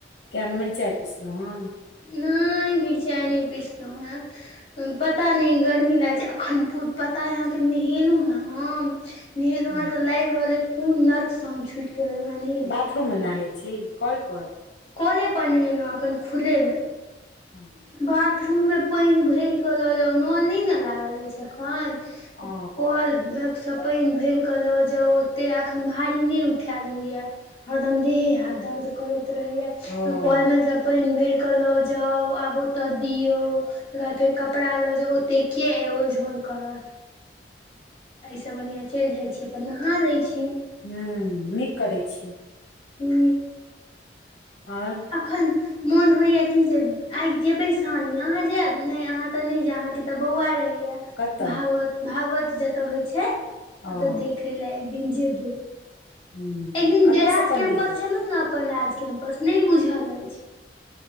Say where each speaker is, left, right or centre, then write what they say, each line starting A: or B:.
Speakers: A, on the left; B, on the left.
A: किया मिर्चाय पिसलु‌ हैं
B: नहि मिर्चाई नहि पिसलू है पता नहि गर्मी लागै छै अखन पता यै अहाँके नहेलू है हम नहेलू
A: हन
B: है त लाइग रहल है कोन नर्क से हम छुट के एलु है
A: बाथरूम मे नहाइ छी कल पर
B: कले पर नहेलू है एखन खुलेमे
A: हँ <inaudible>
B: बाथरूममे पानि भरिकऽ लऽ जाउ नल नहि ने लागल अछि अखन
A: ओ
B: कल <unintelligible> कल सँ पानि भरि कऽ लऽ जाउ ओतेक एखन भारी नहि उठायएल होइए हरदम देहे हाथ दर्द करैत रहे य
A: ओ
B: त कल में सब पानि भर के लऽ जाउ आब ओतऽ दियौ तकर बाद फेर कपड़ा लऽ जे ओतेक ओलझोल करत एहिसँ बढ़िआँ चलि जाइत छी नहा लय छी
A: हूं नीक करै छी
B: हू
A: आओर
B: अखन मोन होइया कि जे आइ जेबे साँझ मे अहाँ जायब नहि अहाँ ते नहि जायब अहाँ के तऽ बौआ रहैया
A: कतऽ
B: भागवत भागवत जतऽ होइ छै ओतए
A: ओ
B: देखे लै एक दिन जेबै
A: ह
B: एक दिन
A: कतयसँ
B: राज
A: पंडित
B: कैम्पस
A: जायत
B: छलहु ने अपन राज कैम्पस नहि बुझल अछि